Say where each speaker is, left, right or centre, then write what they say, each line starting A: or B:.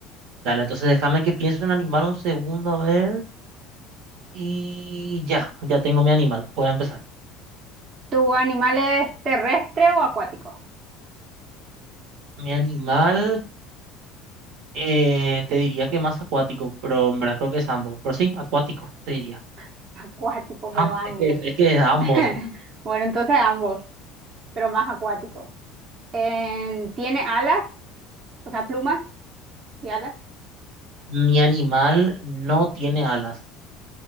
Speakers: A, on the right; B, on the right.
A: Dale, entonces déjame que piense en animal un segundo, a ver. Y ya, ya tengo mi animal. Puedo empezar.
B: ¿Tu animal es terrestre o acuático?
A: Mi animal, eh, te diría que más acuático, pero en verdad creo que es ambos. Pero sí, acuático, te diría.
B: <laughs> Acuático,
A: Ambos,
B: pero ambos.
A: es que es, es que es ambos.
B: <laughs> Bueno, entonces ambos, pero más acuático. Em, ¿tiene alas? O sea, plumas y alas.
A: Mi animal no tiene alas,